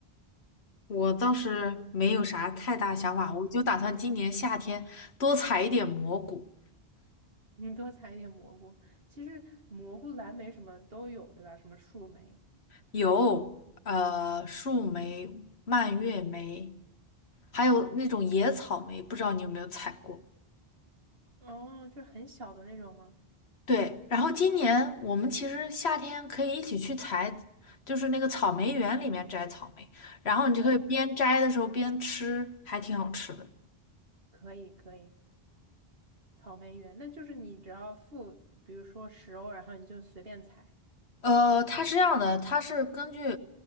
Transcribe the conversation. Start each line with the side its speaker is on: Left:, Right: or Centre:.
Left: 我倒是没有啥太大想法，我就打算今年夏天多采一点蘑菇，
Right: 你多采一点蘑菇，其实蘑菇、蓝莓什么都有，对吧？什么树莓，
Left: 有呃树莓、蔓越莓，还有那种野草莓，不知道你有没有采过？
Right: 哦，就是很小的那种吗？
Left: 对，然后今年我们其实夏天可以一起去采，就是那个草莓园里面摘草莓，然后你就可以边摘的时候边吃，
Right: 可以啊，
Left: 还挺好吃的。
Right: 可以，可以。草莓园，那就是你只要付，比如说十欧，然后你就随便采。
Left: 呃，它是这样的，它是根据